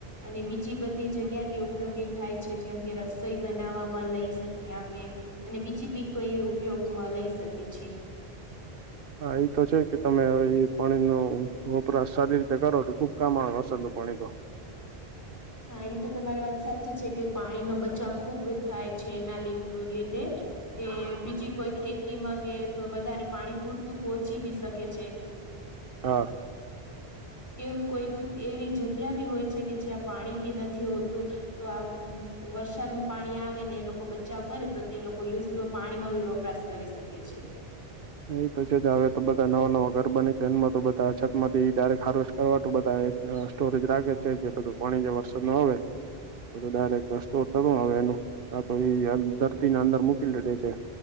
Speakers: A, on the left; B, on the right.
A: અને બીજી બધી જગ્યા બી ઉપયોગી થાય છે જેમ કે રસોઈ બનાવવામાં લઈ શકીએ આપણે અને બીજી બી કોઈ ઉપયોગમાં લઈ શકે છે.
B: હા એ તો છે કે તમે હવે એ પાણી નુ વપરાશ સારી રીતે કરો તો ખુબ કામ આવે વરસાદ નું પાણી તો
A: હા એ તો તમારી વાત સાચી છે કે પાણીનો બચાવ ખુબ થાય છે એના લીધે કે બીજી કોઈ ખેતીમાં કે વધારે પાણી પૂરતું તું પહોચી બી શકે છે.
B: હા
A: કે કોઈ એવી જગ્યા બી હોય છે કે જ્યાં પાણી બી નથી હોતું તો આ વરસાદ નું પાણી આવે ને એ લોકો બચાવ કરે તો તે લોકો યુઝ પાણી નો યો વપરાશ કરી શકે છે.
B: એ તો છે જ હવે તો બધા નવા નવા ઘર બને છે એમાં તો બધા અછત માંથી ડાઈરેક ખારોશ કરવા બધા. સ્ટોરેજ રાખે છે જે બધું પાણી જે વરસાદ નો આવે. બધા ડાયરેક્ટ રસ્તો થતો હવે એનું આ તો ધરતીને અંદર મૂકી દીધી છે.